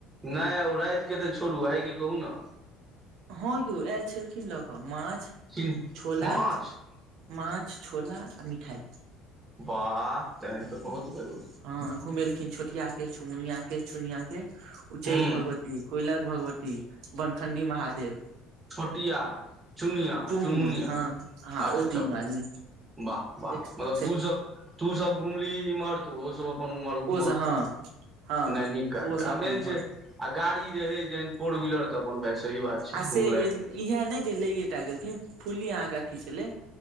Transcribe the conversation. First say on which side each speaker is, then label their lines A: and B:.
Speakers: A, on the right (about 20°); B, on the right (about 55°).
A: नहि ओ राति के त छोड़ू आय के कहू ने।
B: हँ यौ आयल छेलखिन ल क माछ
A: ने
B: छोला।
A: माछ
B: माछ छोला आ मिठाइ।
A: बाह तहन त बहुत भेलो।
B: हँ घुमेलखिन छोटिया के चुमुनिया के चुनिया के। उच्चैठ
A: हूँ
B: भगवती कोइलख भगवती बनखण्डी महादेव।
A: छोटिया चुनिया
B: चुमुन
A: चुनमुनिया
B: हँ हँ
A: अच्छा
B: ओ
A: चल।
B: तीनू आदमी
A: वाह वाह
B: एक
A: मतलब
B: से
A: तू सब तू सब घुमली इम्हर त ओहो सब। अपन उम्हर घूमल
B: ओ सब हँ हँ
A: नहि नीक काज
B: ओहो सब
A: आ
B: अपन
A: मेन
B: उम्हर
A: छै। आ गाड़ी रहे जहन फोर व्हीलर त अपन भाय सही बात। छै
B: आ
A: घुमलथि
B: से इएह नै जे लैए टा गेलखिन फुल्ली अहाँके अथी छेलै।